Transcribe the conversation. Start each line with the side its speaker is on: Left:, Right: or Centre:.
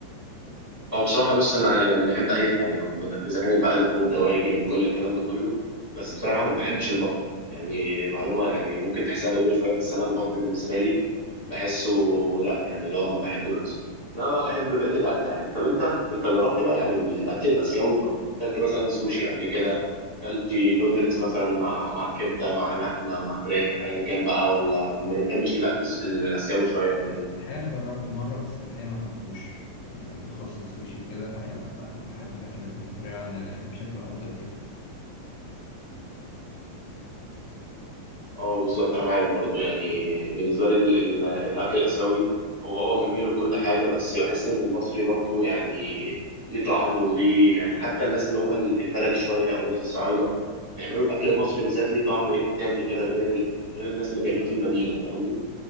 Right: هو بصراحة بص أنا يعني بحب أي حاجة عامة إذا كانت بقى لحوم دواجن كل الكلام ده كله بس بصراحة ما بحبش البط يعني معلومة يعني ممكن تحسها غريبة شوية بس أنا البط بالنسبة لي بحسه لأ يعني اللي هو ما بحبوش إنما بقى بحب بقية الأكل عادي طب أنت أنت جربت بقى يعني ال- الأكل الآسيوي أكلت مثلا سوشي قبل كده أكلت نودلز مثلا مع مع كبدة مع لحمة مع فراخ أيا كان بقى ولا ما بتحبش الأكل الس- الآسيوي شوية ولا إيه؟
Left: الحقيقه انا جربته مره بس الحقيقه ما حبيتهوش يعني بالاخص السوشي وكده الحقيقه لا بقى- بحب الاكلات المصريه عندنا يعني بشكل افضل وكده
Right: اه بالظبط انا معاك برضو يعني بالنسبه لي ال- ال- الاكل الاسيوي هو اه جميل وكل حاجه بس بحس ان المصري برضو يعني ليه طعمه وليه يعني حتى الناس اللي هم ال- البلدي شويه او الناس الصعايده بيعملوا الاكل المصري بالذات ليه طعم تاني كده غير ال... غير الناس اللي بيعملوه في المدينه فاهمني